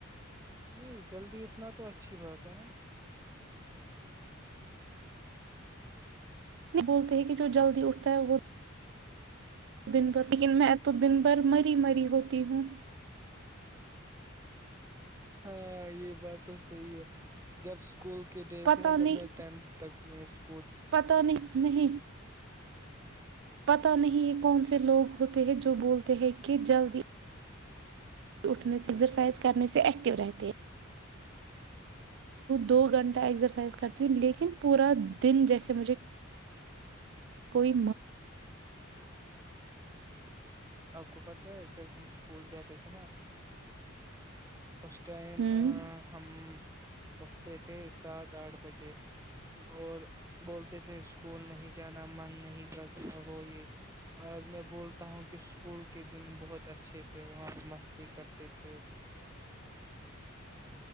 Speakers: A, on the right; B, on the right.
A: نہیں جلدی اٹھنا تو اچھی بات ہے نا
B: بولتے ہیں کہ جو جلد ہی اٹھتا ہے وہ دن بھر لیکن میں تو دن بھر مری مری ہوتا کییہوں
A: ہاں یہ بات تو صحی ہے جب اسکول کے ڈیز
B: پتا
A: ہے نا جب
B: نہیں
A: میں ٹینتھ تک ک
B: پتا نہیں نہیں پتا نہیں یہ کون سا سے لوگ ہوتے ہیں جو چ بولتے ہے کہ جلدی اٹھنے سے ایکزرسائز کرنے سے ایکٹو رہتے ہیں دو گھنٹہ ایکسرسائز کرتی ہوں لیکن پورا دن جیسے مجھے کوئی
A: آپ کو پت ہے جب ہم اسکول جاتے تھے نا اس ٹائم
B: ہوں
A: ہم اھتے تھے سات آٹھ بجے اور بولتے تھے اسکول نہیں جانا من نہیں کرتا وہ یہ آج میں بولتا ہوں کہ اسکول کے دن بہت اچھے تھے وہاں مستی کرتے تھے